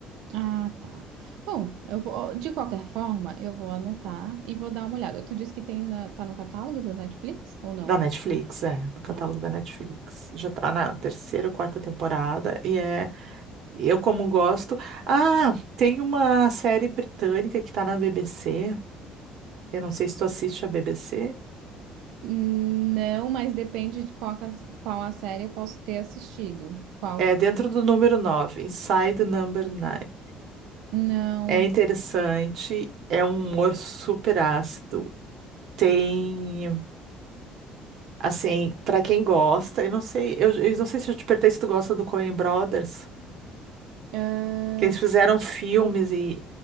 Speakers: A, on the right; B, on the right.
A: Ah, tá. Bom, eu vou, de qualquer forma, eu vou anotar e vou dar uma olhada. Tu disse que tem na, tá no catálogo da Netflix ou não?
B: Da Netflix, é, no catálogo
A: Ah,
B: da Netflix.
A: tá.
B: Já tá na terceira ou quarta temporada e é, eu como gosto. Ah, tem uma série britânica que tá na BBC. Eu não sei se tu assiste a BBC.
A: Hum, Não, mas depende de qual, cas- qual a série eu posso ter assistido. Qual
B: É
A: que...
B: dentro do número 9, Inside the Number 9.
A: Não.
B: É interessante, é um humor super ácido. Tem, assim, pra quem gosta, eu não sei, eu, eu não sei se eu te perguntei se tu gosta do Coen Brothers,
A: Ah,
B: que eles fizeram filmes e,